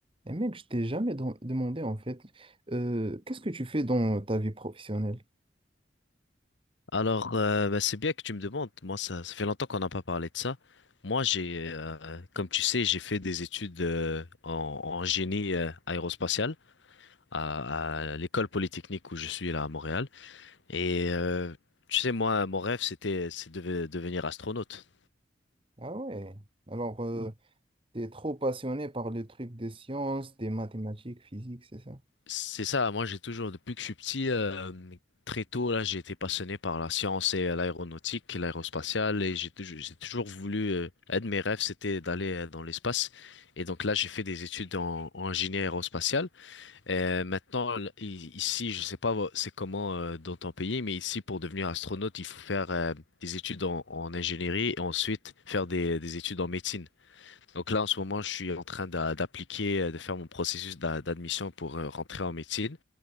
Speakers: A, on the right; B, on the left.
A: Et mec, je t'ai jamais don- demandé en fait, euh, qu'est-ce que tu fais dans ta vie professionnelle?
B: Alors, euh, bah, c'est bien que tu me demandes. Moi, ça, ça fait longtemps qu'on n'a pas parlé de ça. Moi, j'ai, euh, comme tu sais, j'ai fait des études euh, en, en génie euh, aérospatial à, à l'école polytechnique où je suis là à Montréal. Et euh, tu sais, moi, mon rêve, c'était, c'est de devenir astronaute.
A: Ah ouais. Alors, euh, Ouais. T'es trop passionné par les trucs des sciences, des mathématiques, physique, c'est ça?
B: C'est ça, moi j'ai toujours, depuis que je suis petit, euh, très tôt, là, j'ai été passionné par la science et l'aéronautique, l'aérospatiale, et j'ai toujours, j'ai toujours voulu, euh, un de mes rêves, c'était d'aller euh, dans l'espace. Et donc là, j'ai fait des études en, en génie aérospatial. Et maintenant, l- i- ici, je sais pas vo- c'est comment euh, dans ton pays, mais ici, pour devenir astronaute, il faut faire euh, des études en, en ingénierie et ensuite faire des, des études en médecine. Donc là, en ce moment, je suis en train d'a- d'appliquer, euh, de faire mon processus d'a- d'admission pour euh, rentrer en médecine.